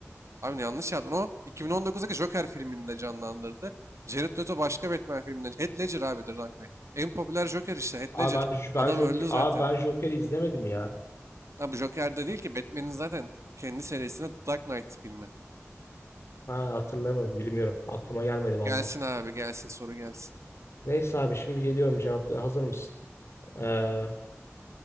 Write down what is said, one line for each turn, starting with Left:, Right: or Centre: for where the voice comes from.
Right: Abi yanlış yaptın. O 2019'daki Joker filminde canlandırdı. Jared Leto başka Batman filminde. Heath Ledger abi The Dark Knight. En popüler Joker işte Heath
Left: Abi
Right: Ledger.
Left: ben, ben
Right: Adam
Left: Joker,
Right: öldü
Left: abi
Right: zaten.
Left: ben Joker'i izlemedim ya.
Right: Abi Joker'de değil ki Batman'in zaten kendi serisinde The Dark Knight filmi.
Left: Ha, hatırlayamadım bilmiyorum. Aklıma gelmedi valla.
Right: Gelsin abi gelsin soru gelsin.
Left: Neyse abi şimdi geliyorum cevapla. Hazır mısın? Ee,